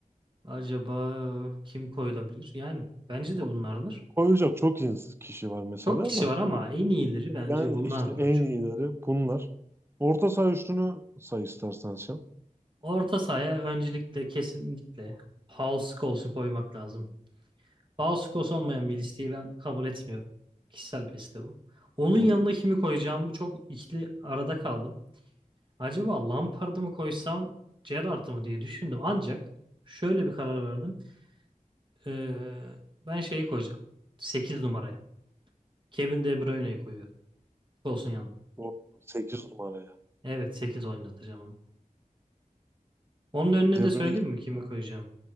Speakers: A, on the right; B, on the right.
A: Acaba kim koyulabilir? Yani bence
B: Ko-
A: de bunlardır.
B: Koyacak çok ins- kişi var mesela
A: Çok kişi
B: da.
A: var ama en iyileri bence
B: Yani
A: bunlardır
B: işte en
A: hocam.
B: iyileri bunlar. Orta saha üçlünü say istersen sen.
A: Orta sahaya öncelikle kesinlikle Paul Scholes'u koymak lazım. House Kos olmayan bir listeyi ben kabul etmiyorum. Kişisel bir liste bu. Onun yanına
B: Oy.
A: kimi koyacağımı çok ikili arada kaldım. Acaba Lampard'ı mı koysam Gerrard'ı mı diye düşündüm. Ancak şöyle bir karar verdim. Ee, ben şeyi koyacağım. sekiz numaraya. Kevin De Bruyne'yi koyuyorum. Olsun yanına.
B: O 8 numara ya.
A: Evet 8 oynatacağım onu. Onun önüne
B: De
A: de söyleyeyim
B: Bruyne'yi seviyorum
A: mi kimi koyacağım?